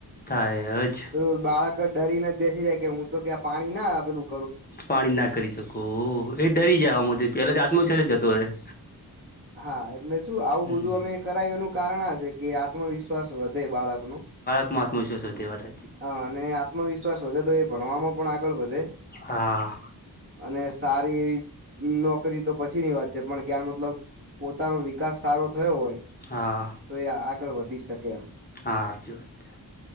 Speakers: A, on the left; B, on the right.
A: થાય જ
B: પેલું બાળક ડરીને જ બેસી જાય કે હું તો ક્યાં પાણી ના આપેલું
A: પાણી ના કરી શકો એ ડરી જવામ પેલા જાત ન છે જ જતો રહેે
B: હા એટલે શું આવું
A: હમ
B: બધું અમે કરાવ એનું કારણ છે કે આત્મવિશ્વાસ વધ બાળકનું
A: આત્મવિ્વાસ હો તેવા હતા
B: હ અને આત્મવિશ્વાસ વધે તો એ ભણવામાં પણ આગળ વધે.
A: હા
B: અને સારી નોકરી તો પછીની વાત છે પણ કાર મતલબ પોતાનો વિકાસ સારો થયો હોય
A: હા
B: તો એ આગળ વધી શકે એમ.
A: હા, આરતી વાત છે.